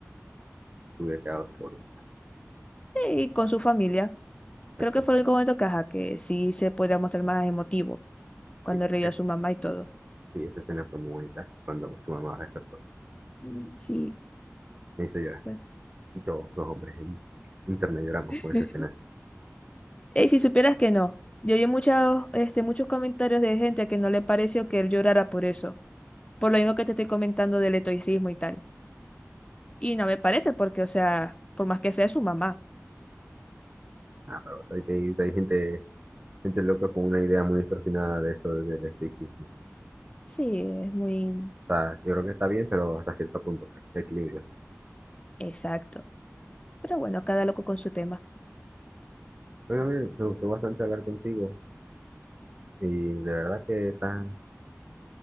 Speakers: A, on the right; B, on the left.
A: hubiera quedado solo.
B: y con su familia.
A: Exacto,
B: Creo que fue el único momento que, ajá, que sí se podía mostrar más emotivo cuando
A: sí.
B: reía
A: Eh,
B: a su mamá y todo.
A: Sí, esa escena fue muy bonita cuando su mamá despertó.
B: Mm, Sí,
A: Me hizo llorar.
B: bueno.
A: Y todos los hombres en internet lloramos
B: <laughs>
A: con esa escena.
B: Y si supieras que no, yo vi muchos, este, muchos comentarios de gente que no le pareció que él llorara por eso, por lo mismo que te estoy comentando del estoicismo y tal. Y no me parece porque, o sea, por más que sea su mamá.
A: Ah, pero ¿sabes que hay, hay gente, gente loca con una idea muy distorsionada de eso del estoicismo. O
B: Sí, es muy
A: sea, yo creo que está bien, pero hasta cierto punto, pues, de equilibrio.
B: exacto. Pero bueno, cada loco con su tema.
A: Bueno, me, me gustó bastante hablar contigo y de verdad que estás